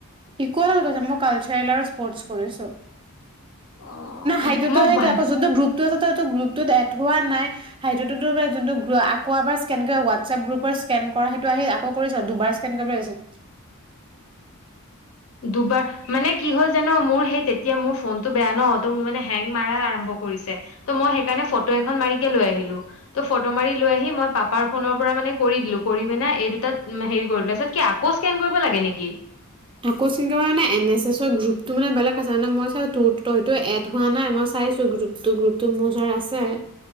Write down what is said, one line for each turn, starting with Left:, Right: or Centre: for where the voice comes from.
Right: ইক ক্লাবত কৰিছ মই কালচাৰেল আৰু স্পৰ্টচ কৰিছো।
Left: অ
Right: সেইটো
Left: ই মই
Right: সেইটোবে
Left: ভা-
Right: আকৌ জোনটো গ্ৰুপটো আছে টো তই টো গ্ৰুপ টো এড হোৱা নাই সেইটোটো বোলে জোনটো আকৌ এবাৰ ইস্ক্ৰেন কৰি হোৱাটচপ গ্ৰুপৰ ইছক্ৰেন কৰা হেইটো আকৌ কৰিছ দুবাৰ ইচক্ৰেন কৰিব দিছে।
Left: দুবাৰ মানে কি হ'ল জান মোৰ সেই তেতিয়া মোৰ ফোনটো বেয়া ন ত মোৰ মানে হেং মাৰা আৰম্ভ কৰে। কৰিছে ত মই সেইকাৰণে ফটো এখন মাৰিকে লৈ আহিলোঁ ত ফটো মাৰি লৈ আহি মই পাপাৰ ফোনৰ পৰা মানে কৰি দিলো কৰি পেনাই এই দুটাত উ হেৰি কৰিলোঁ তাৰ পিছত কি আকৌ স্ক্ৰেন কৰিব লাগে নেকি?
Right: আকৌ স্ক্ৰেন কৰিব লাগে মানে এন এছ এছৰ গ্ৰুপটো মানে বেলেগ আছে মানে মই চাই তোৰ ততো এড হোৱা নাই মই চাইছো গ্ৰুপটো গ্ৰুপটো মোৰ ওচৰত আছে।